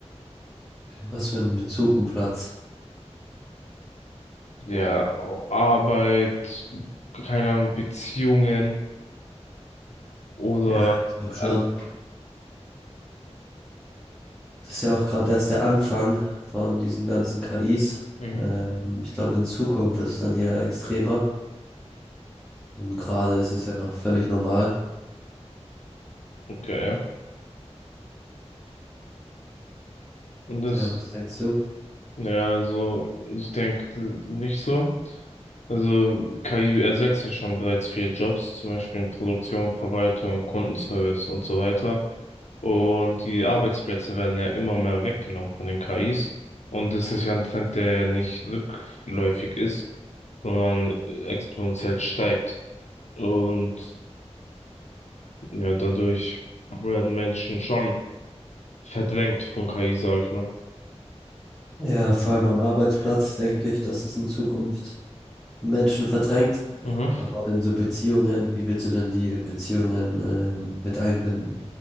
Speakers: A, in the centre; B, on the left.
A: Was für einen Bezug ein Platz?
B: Ja, Au- Arbeit, keine Ahnung, Beziehungen oder
A: Ja, ich glaube
B: all-
A: schon. Das ist ja auch gerade erst der Anfang von diesen ganzen KIs.
B: mhm,
A: Ähm, ich glaube, in Zukunft wird es dann eher extremer. Und gerade ist es ja noch völlig normal.
B: okay, ja. Und das,
A: Ja, was denkst du?
B: ja, also ich denke nicht so. Also KI ersetzt ja schon bereits viele Jobs, zum Beispiel in Produktion, Verwaltung, Kundenservice und so weiter. Und die Arbeitsplätze werden ja immer mehr weggenommen von den KIs. Und das ist ja ein Trend, der ja nicht rückläufig ist, sondern äh, exponentiell steigt. Und Ja, dadurch werden Menschen schon verdrängt von KI, sage ich mal.
A: Ja, vor allem am Arbeitsplatz denke ich, dass es in Zukunft Menschen verdrängt.
B: Mhm.
A: Aber in so Beziehungen, wie willst du denn die in Beziehungen, ähm, mit einbinden?